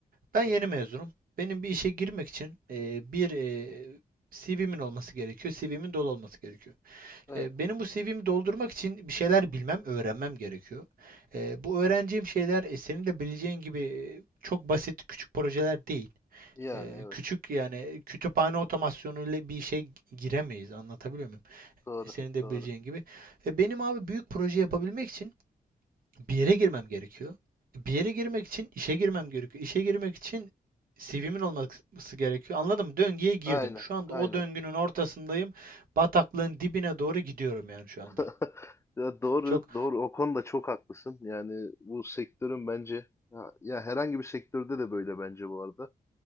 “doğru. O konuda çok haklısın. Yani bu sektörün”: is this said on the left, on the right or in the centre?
Left